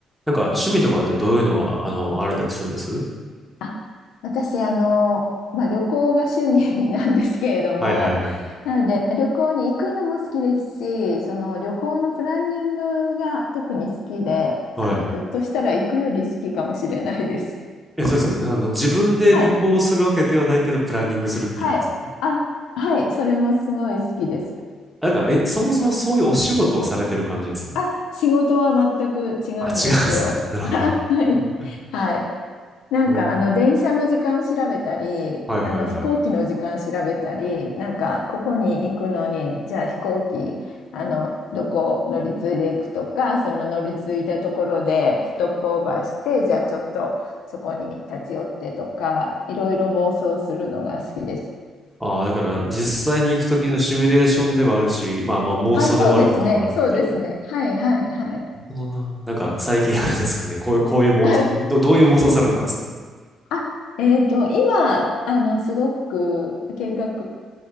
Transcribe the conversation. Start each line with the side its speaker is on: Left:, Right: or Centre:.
Centre: なんか趣味とかってどういうのが、あの、あれたりするんです
Left: あ私、あの、まあ、旅行が趣味 <laughs> なんですけれども、
Centre: はいはいはい。
Left: <laughs> なので、旅行に行くのも好きですし、その旅行のプランニングが特に好きで、
Centre: はい。
Left: あの、ひょっとしたら行くより好きかもしれないです。
Centre: え、そうですか。あの、自分で旅行するわけではないけど、
Left: <laughs> はい、
Centre: プランニングするって意味ですか
Left: はい。あ、はい、それもすごい好きです。
Centre: なんか、え、そもそもそういうお仕事をされてる感じです
Left: あ、仕事は全く違うんですよ。
Centre: あ、違うんですね。<laughs> なるほど。
Left: <laughs> はい、
Centre: <laughs>
Left: はい。なんかあの電車の時間調べたり、
Centre: うんはいはいはい。
Left: あの飛行機の時間調べたり、なんかここに行くのに、じゃあ飛行機、あのどこ乗り継いでいくとか、その乗り継いだところでストップオーバーして、じゃあちょっとそこに立ち寄ってとか、いろいろ妄想するのが好きです。
Centre: ああーだから実際に行くときのシミュレーションではあるし、まあまあ妄想で終わることもあるっていう。
Left: あ、そうですね、そうですね。はいはいはい。
Centre: なるほどななんか最近あれですかね、こういう、こういう妄想、
Left: <laughs>
Centre: ど、どういう妄想されたんですか
Left: あえっと、今、あの、すごく計画、